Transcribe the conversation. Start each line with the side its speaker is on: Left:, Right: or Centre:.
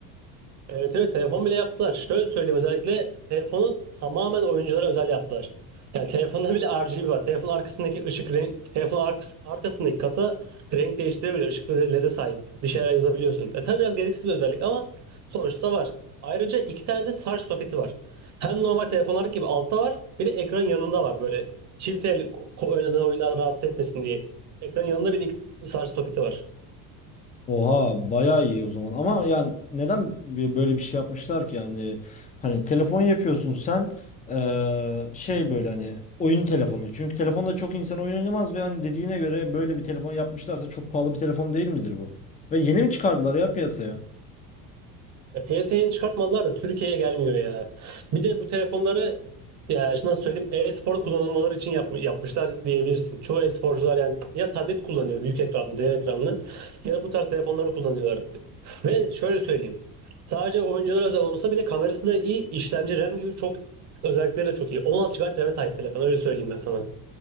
Right: Evet evet telefon bile yaptılar. Şöyle söyleyeyim özellikle telefonu tamamen oyunculara özel yaptılar. Yani telefonda bile RGB var. Telefonun arkasındaki ışık renk, telefonun arkas- arkasındaki kasa renk değiştirebiliyor. Işıklı L E de sahip. Bir şeyler yazabiliyorsun. E, tabii biraz gereksiz bir özellik ama sonuçta var. Ayrıca iki tane de şarj soketi var. Hem normal telefonlar gibi altta var. Bir de ekran yanında var. Böyle çift el ko- ko- oynadığın oyunlar rahatsız etmesin diye. Ekran yanında bile iki şarj soketi var.
Left: Oha bayağı iyi o zaman ama yani neden bi- böyle bir şey yapmışlar ki yani hani telefon yapıyorsun sen eee, şey böyle hani oyun telefonu çünkü telefonda çok insan oyun oynamaz ve hani dediğine göre böyle bir telefon yapmışlarsa çok pahalı bir telefon değil midir bu? Ve yeni mi çıkardılar ya piyasaya?
Right: Ya piyasaya yeni çıkartmadılar da Türkiye'ye gelmiyor ya. Bir de bu telefonları ya şimdi nasıl söyleyeyim e-spor kullanılmaları için yapm- yapmışlar diyebilirsin. Çoğu e-sporcular yani ya tablet kullanıyor büyük ekranlı, dev ekranlı ya da bu tarz telefonları kullanıyorlar. Ve şöyle söyleyeyim. Sadece oyunculara özel olsa bile kamerası da iyi, işlemci RAM gibi çok özellikleri de çok iyi. 16 GB RAM'e sahip telefon öyle söyleyeyim ben sana.